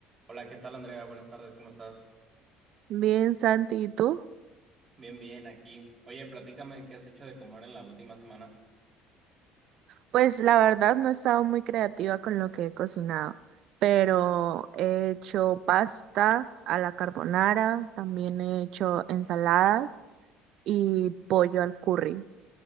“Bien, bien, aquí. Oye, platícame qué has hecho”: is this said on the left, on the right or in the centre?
Right